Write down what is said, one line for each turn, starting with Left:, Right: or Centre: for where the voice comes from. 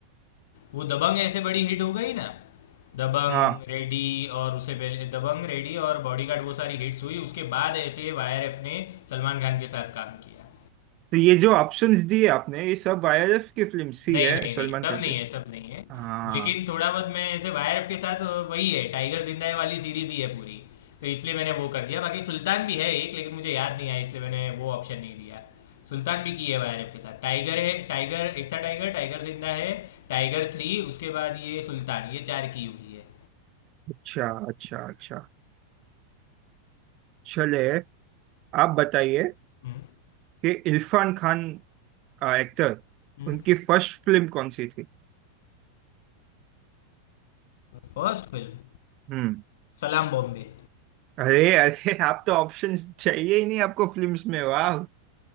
Left: वो दबंग ऐसे बड़ी हिट हो गई ना दबंग
Right: हाँ
Left: रेडी और उसे पहले दबंग रेडी और बॉडीगार्ड वो सारी हिट्स हुई उसके बाद ऐसे वाईआरएफ ने सलमान खान के साथ काम किया
Right: तो ये जो ऑप्शंस दिए आपने ये सब आईआरएफ की फिल्म सी
Left: नहीं
Right: है
Left: नहीं
Right: सलमान
Left: नहीं सब
Right: खान
Left: नहीं
Right: के
Left: है सब नहीं है
Right: हाँ
Left: लेकिन थोड़ा बहुत मैं ऐसे वाईआरएफ के साथ वही है टाइगर जिंदा है वाली सीरीज ही है पूरी तो इसलिए मैंने वो कर दिया बाकी सुल्तान भी है एक लेकिन मुझे याद नहीं आया इसलिए मैंने वो ऑप्शन नहीं दिया सुल्तान भी की है वाईआरएफ के साथ टाइगर है Tiger Ek Tha Tiger Tiger Zinda Hai Tiger three उसके बाद ये सुल्तान ये चार की हुई है
Right: अच्छा अच्छा अच्छा चले आप बताइए
Left: हम्म।
Right: कि इरफान खान एक्टर
Left: हुँ।
Right: उनकी फर्स्ट फिल्म कौन सी थी
Left: फर्स्ट फिल्म
Right: हम्म
Left: सलाम बॉम्बे
Right: अरे अरे आप तो ऑप्शंस चाहिए ही नहीं आपको फिल्म्स में वाह